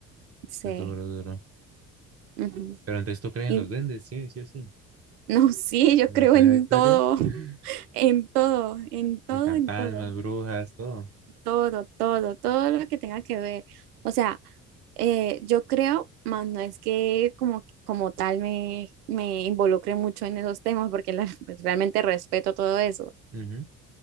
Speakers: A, on the right; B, on the right.
A: Sí.
B: es duro, duro.
A: Ujú.
B: Pero entonces tú crees
A: Y
B: en los duendes, sí, sí o sí.
A: no, <laughs> sí, yo
B: ¿Vale?
A: creo
B: Con
A: en
B: esa historia,
A: todo, <laughs>
B: <laughs>
A: en todo, en todo,
B: y fantasmas,
A: en todo,
B: brujas, todo.
A: todo, todo, todo lo que tenga que ver. O sea, eh, yo creo, más no es que como, como tal me, me involucre mucho en esos temas, porque la- <laughs> pues, realmente respeto todo eso.
B: Ujú.